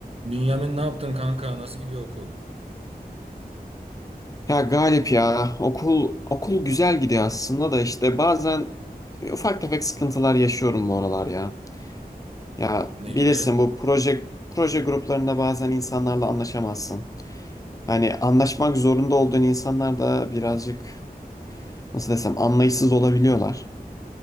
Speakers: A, on the right (about 40°); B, on the left (about 20°).
A: Bünyamin ne yaptın kanka? Nasıl gidiyor okul?
B: Ya Galip ya okul okul güzel gidiyor aslında da işte bazen e, ufak tefek sıkıntılar yaşıyorum bu aralar ya. Ya
A: Ne
B: bilirsin
A: gibi?
B: bu proje proje gruplarında bazen insanlarla anlaşamazsın. Hani anlaşmak zorunda olduğun insanlar da birazcık nasıl desem anlayışsız olabiliyorlar.